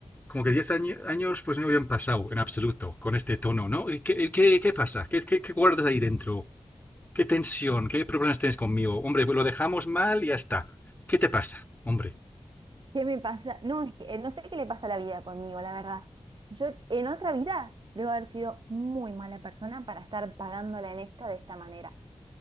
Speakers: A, on the left; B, on the right.
A: como que 10 año- años pues no habían pasado en absoluto con este tono, ¿no? ¿Y ¿Qué, qué, qué pasa? ¿Qué, qué, qué guardas ahí dentro? ¿Qué tensión? ¿Qué problemas tienes conmigo? Hombre, pues lo dejamos mal y ya está. ¿Qué te pasa, hombre?
B: ¿Qué me pasa? No, es que, eh, no sé qué le pasa a la vida conmigo, la verdad. Yo en otra vida debo haber sido muy mala persona para estar pagándola en esta de esta manera.